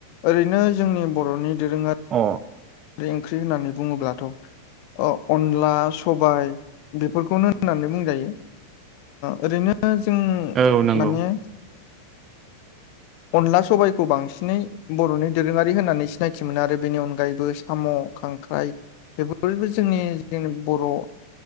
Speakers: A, on the left (about 45°); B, on the right (about 30°).
A: ओरैनो जोंनि बर'नि दोरोङारि
B: अ
A: बे ओंख्रि होननानै बुङोब्लाथ अ अनला सबाय बेफोरखौनो होननानै बुंजायो ओरैनो जों
B: औ नंगौ
A: माने अनला सबाइखौ बांसिनै बर'नि दोरोङारि होननानै सिनायथि मोनो आरो बेनि अनगायैबो साम खांख्राइ बेफोरबो जोंनि जोंनि बर'